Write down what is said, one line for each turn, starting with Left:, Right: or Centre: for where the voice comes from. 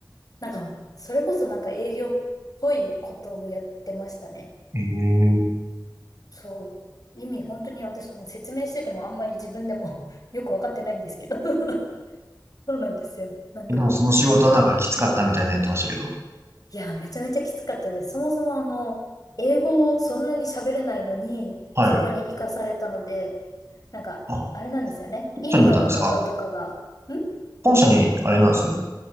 Left: なんか、それこそなんか営業っぽいことをやってましたね。
Right: え
Left: そう。意味本当に私も説明しててもあんまり自分でも <laughs> よくわかってないんですけど <laughs> そうなんですよ。なんか、
Right: でもその仕事はなんかきつかったみたいな言ってましたけど。
Left: うん。いや、めちゃめちゃきつかったです。そもそもあの、英語をそんなに喋れないのに、
Right: はい。
Left: そこに行かされたので、なんか、
Right: あ、本
Left: あれなんですよね。インドの方とかが、
Right: 社に行ったんですか
Left: ん
Right: 本社に、あれなんです。